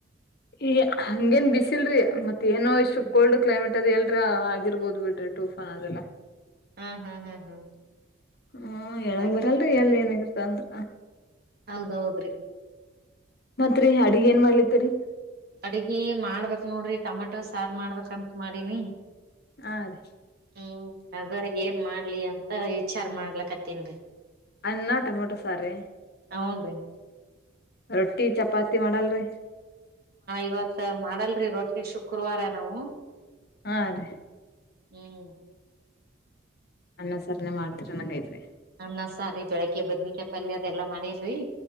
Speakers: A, on the left; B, on the right.
A: ಈ ಹಂಗೇನ್ ಬಿಸಿಲ್ರಿ ಮತ್ತ ಏನೋ ಇಷ್ಟು
B: ಹ್ಮ್
A: ಕೋಲ್ಡ್ ಕ್ಲೈಮೇಟ್. ಎಲ್ರ ಆಗಿರ್ಬೋದು ಬಿಡ್ರಿ ಟೂಫಾನ್ ಅದೆಲ್ಲ.
B: ಹಾ ಹಾ ಹಾ ಹಾ
A: ಹ್ಮ
B: ಅದಕ್ಕೆ
A: ಹೇಳಗ್ ಬರಲ್ರಿ ಎಲ್ ಏನಾಗಿತ್ತ ಅಂದ್ರ.
B: ಹೌದೌದ್ರಿ.
A: ಮತ್ರಿ ಅಡಿಗ್ ಏನ್ ಮಾಡ್ಲರಿ.
B: ಅಡ್ಗಿ ಮಾಡ್ಬೇಕಕ್ ನೋಡ್ರಿಟಮೆಟೊ ಸಾರು ಮಾಡ್ಬೇಕಂತ ಮಾಡಿನಿ.
A: ಆ ರೀ
B: ಹ್ಮ್ ಅದ ಏನ್ ಮಾಡ್ಲಿ ಅಂತ ವಿಚಾರ ಮಾಡ್ಲಕ್ಕತ್ತನ್ರಿ.
A: ಅನ್ನ ಟೊಮೊಟೊ ಸಾರೀ.
B: ಹುನ್ರಿ
A: ರೊಟ್ಟಿ ಚಪಾತಿ ಮಾಡಲ್ರಿ.
B: ಇವತ್ ಮಾಡಲ್ರಿ ರೊಟ್ಟಿ ಶುಕ್ರವಾರ ನಾವು.
A: ಹಾ ರೀ.
B: ಹ್ಮ್
A: ಅನ್ನ ಸರ್ನೇ ಮಾಡ್ತೀನೀ ಹಾನಗೆ ಆಯ್ತು.
B: ಅನ್ನ ಸಾರಿರಿ ಬೆಳಿಗ್ಗೆ ಬದ್ನಕಪಲ್ಲಿ ಅದೆಲ್ಲಾ ಮಾಡೇನ್ರಿ.